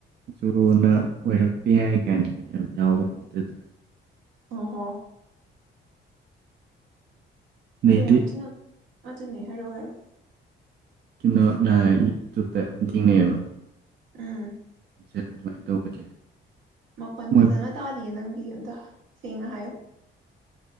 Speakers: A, on the right; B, on the right.
A: ꯖꯣꯔꯣꯅ ꯑꯣꯏꯔꯛꯄ ꯌꯥꯏ ꯀꯥꯏꯅ ꯌꯥꯝ ꯌꯥꯎꯕꯅꯦ ꯑꯗꯨꯗ꯫
B: ꯑꯣꯍꯣ꯫
A: ꯑꯗꯩꯗꯤ
B: ꯌꯥꯝ ꯊꯤꯅ꯫ ꯑꯗꯨꯅꯦ ꯍꯥꯏꯔꯛꯑꯣ ꯍꯥꯏꯔꯣ꯫
A: <unintelligible> ꯌꯨꯇꯨꯕꯇ ꯌꯥꯝ ꯊꯦꯡꯉꯩꯌꯦꯕ꯫
B: ꯑꯨꯝ꯫
A: <unintelligible>
B: ꯃꯈꯣꯟ
A: ꯃꯣꯏ
B: ꯐꯖꯅ ꯇꯥꯗꯤꯌꯦ ꯅꯪ꯫ ꯑꯝꯇ ꯁꯦꯡꯅ ꯍꯥꯏꯌꯣ